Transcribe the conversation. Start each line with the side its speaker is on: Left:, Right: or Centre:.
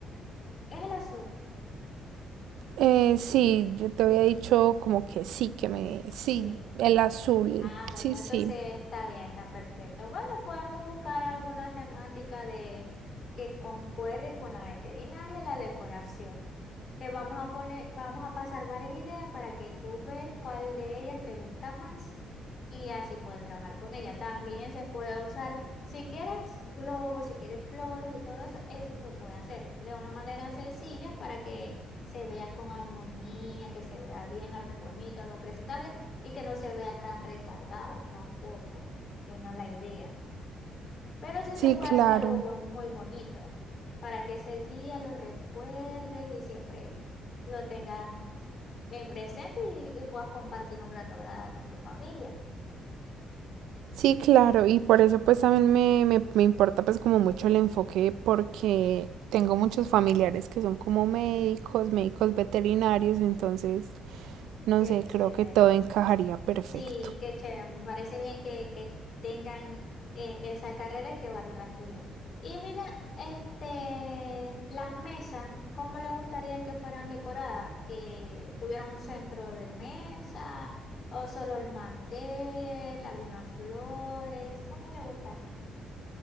Left: Es el azul.
Right: Eh, sí, yo te había dicho como que sí, que me...
Left: Sí.
Right: Sí, el azul.
Left: Ah, bueno,
Right: Sí, sí.
Left: entonces está bien, está perfecto. Bueno, podemos buscar alguna temática de que concuerde con la veterinaria y la decoración. Te vamos a poner, vamos a pasar varias ideas para que tú veas cuál de ellas te gusta más y así puedes trabajar con ella. También se puede usar, si quieres globos, si quieres flores y todo eso, eso se puede hacer de una manera sencilla para que se vea con armonía, que se vea bien, algo bonito, algo presentable y que no se vea tan recargado tampoco, que no es la idea. Pero sí
Right: Sí,
Left: se puede
Right: claro.
Left: hacer algo bon- muy bonito para que ese día lo recuerdes y siempre lo tengas en presente y, y puedas compartir un grato grada con tu familia.
Right: Sí, claro. Y por eso pues también me, me, me importa pues como mucho el enfoque porque tengo muchos familiares que son como médicos, médicos veterinarios, entonces
Left: Mm,
Right: no
Left: Qué
Right: sé,
Left: chévere.
Right: creo que todo encajaría perfecto.
Left: Sí, qué chévere, me parece bien que, que tengan eh, esa carrera y que varios la estudien. Y mira, este, las mesas, ¿cómo le gustaría que fueran decoradas? ¿Que tuvieran un centro de mesa o solo el mantel, algunas flores? ¿Cómo le gustaría?